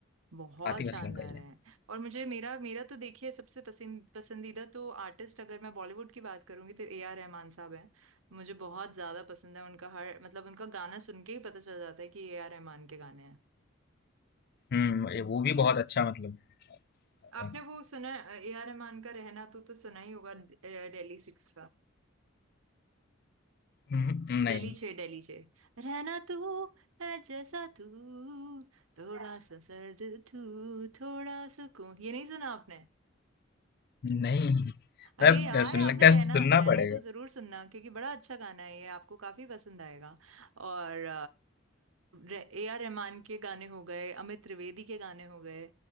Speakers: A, on the right (about 85°); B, on the left (about 50°).
A: बहुत
B: आतिफ
A: शानदार
B: असलम का ही है
A: है और मुझे मेरा मेरा तो देखिए सबसे पसंद पसंदीदा तो आर्टिस्ट अगर मैं बॉलीवुड की बात करूंगी तो ए आर रहमान साहब हैं मुझे बहुत ज्यादा पसंद है उनका हर मतलब उनका गाना सुन के ही पता चल जाता है कि ए आर रहमान के गाने हैं
B: हम्म ये- वो भी बहुत अच्छा मतलब
A: आपने
B: हम्म,
A: वो सुना ए आर रहमान का रहना तू तो सुना ही होगा अ, दिल्ली सिक्स
B: हम्म, नहीं
A: डेली छे डेली छे रहना तू है जैसा तू थोड़ा <laughs> सा सर्द तू थोड़ा सुकून ये नहीं सुना आपने
B: नहीं मतलब
A: अरे यार
B: अ, सुन
A: आपने
B: लगता है
A: रहना
B: सुनना
A: रहना
B: पड़ेगा
A: तू जरूर सुनना क्योंकि बड़ा अच्छा गाना है ये आपको काफी पसंद आएगा और ए आर रहमान के गाने हो गए अमित त्रिवेदी के गाने हो गए